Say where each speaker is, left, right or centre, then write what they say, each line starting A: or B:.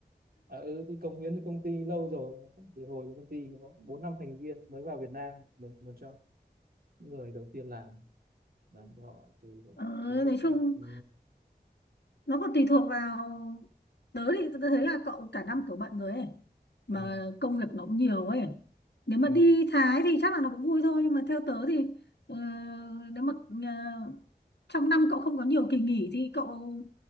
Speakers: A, on the right; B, on the left.
A: À, ừ, tôi cống hiến cho công ty lâu rồi thì hồi công ty có bốn năm thành viên mới vào Việt Nam mình một cho người đầu tiên làm làm cho họ từ
B: ừ
A: từ lúc
B: nói chung
A: ừ,
B: nó còn tùy thuộc vào tớ thì tớ thấy là cậu cả năm cậu bận rồi ấy mà
A: ừ,
B: công việc nó cũng nhiều ấy nếu mà
A: ừ,
B: đi Thái thì chắc là nó cũng vui thôi nhưng mà theo tớ thì ờ, nếu mà ờ, trong năm cậu không có nhiều kỳ nghỉ thì cậu